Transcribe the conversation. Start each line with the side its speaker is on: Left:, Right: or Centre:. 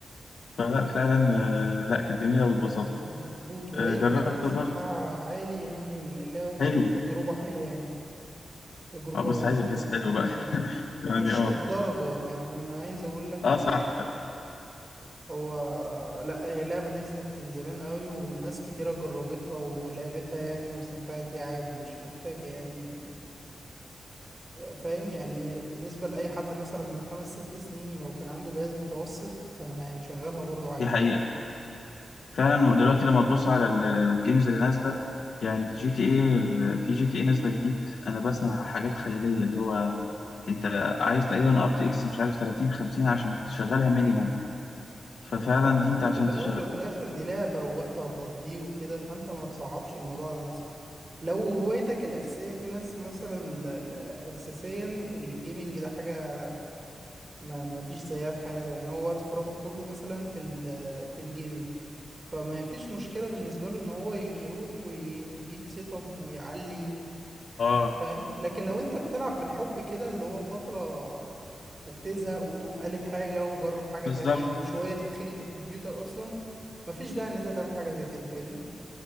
Left: فلا فعلا آه، لا كانت جميلة واتبسطت
Right: مظبوط وهي
Left: آه، جربت
Right: جرافيكس
Left: برضه
Right: بتاعها عالي يعني اللعبة تديك
Left: حلو
Right: تجربة حلوة يعني تجربة
Left: اه بس عايز اجهز
Right: بجد
Left: حلو بقى
Right: فظيعة
Left: <laughs> يعني
Right: مش
Left: اه
Right: للدرجة يعني أنا عايز أقول لك
Left: اه صح فعلا.
Right: هو لا هي لعبة نزلت من زمان قوي وناس كتيرة جربتها ولعبتها يعني واستمتعت بيها عادي مش محتاجة يعني فاهم يعني بالنسبة لأي حد مثلا من خمس ست سنين لو كان عنده جهاز متوسط كان هيشغلها برضو عادي
Left: دي حقيقة فعلا دلوقتي لما تبص على ال- الجيمز اللي نازلة يعني جي تي ايه في جي تي ايه نازلة جديد انا بسمع حاجات خيالية اللي هو انت عايز تقريبا ار تي اكس مش عارف 30 50 عشان تشغلها مينيموم ففعلا
Right: لا
Left: دي
Right: بس
Left: انت عشان
Right: في الأول
Left: تشغل
Right: وفي الآخر دي لعبة ووقت هتقضيه وكده فأنت ما تصعبش الموضوع على نفسك لو هوايتك الأساسية في ناس مثلا ال- ال- أساسيا الجيمنج ده حاجة ما ما فيش زيها في حياته يعني هو وقت فراغه كله مثلا في ال في الجيمنج فما فيش مشكلة بالنسبة له إن هو يروح ويجيب سيت أب ويعلي
Left: اه
Right: فاهم لكن لو انت بتلعب بالحب كده اللي هو فترة وبتزهق وتقوم قالب حاجة ومجرب حاجة
Left: بالظبط
Right: تانية شوية تتخنق من الكمبيوتر أصلا مفيش داعي إن أنت تعمل حاجة زي كده فاهمني